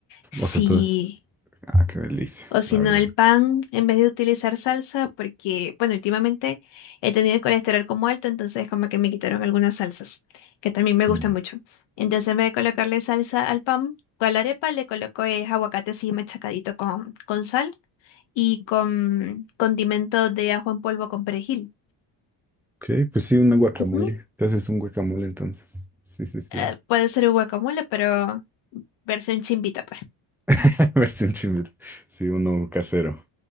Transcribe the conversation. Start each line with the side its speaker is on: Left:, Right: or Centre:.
Left: Sí.
Centre: o sea, todas. Ah, qué delicia,
Left: O si
Centre: la
Left: no,
Centre: verdad
Left: el
Centre: es
Left: pan,
Centre: que sí.
Left: en vez de utilizar salsa, porque, bueno, últimamente he tenido el colesterol como alto, entonces como que me quitaron algunas salsas, que también me gustan
Centre: Mm.
Left: mucho. Entonces, en vez de colocarle salsa al pan, con la arepa le coloco es aguacate así machacadito con, con sal y con condimento de ajo en polvo con perejil.
Centre: Ok, pues sí, una guacamole.
Left: Ujú.
Centre: Te haces un guacamole entonces. Sí, sí, sí.
Left: Eh, puede ser un guacamole, pero versión chimbita, pues.
Centre: <laughs> Versión chimil. Sí, uno casero.